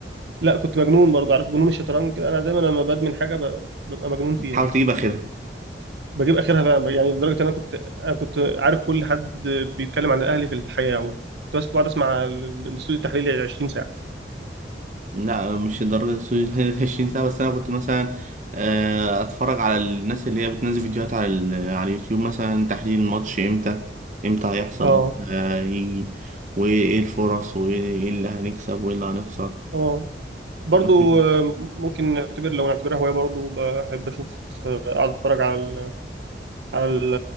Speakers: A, on the right; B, on the right.
A: لا كنت مجنون برضه عارف جنون الشطرنج كده، انا دايما لما بدمن حاجه ب- ببقى مجنون فيها
B: حاول تجيب اخرها
A: بجيب اخرها بقى يعني لدرجه ان انا كنت انا كنت عارف كل حد بيتكلم عن الاهلي في الحياه عموما كنت بس بقعد اسمع ال- ال- الاستوديو التحليلي 20 ساعه
B: لا مش لدرجة السويس <laughs> عشرين سنة بس أنا كنت مثلا آه، أتفرج على الناس اللي هي بتنزل فيديوهات على ال- على اليوتيوب مثلا تحليل الماتش إمتى إمتى هيحصل
A: اه
B: إمتى هيجي وإيه الفرص وإيه اللي هنكسب وإيه اللي هنخسر
A: اه برضو
B: مفيش-
A: آه، ممكن نعتبر لو نعتبرها هواية برضو بحب أشوف آه، أقعد أتفرج على على ال-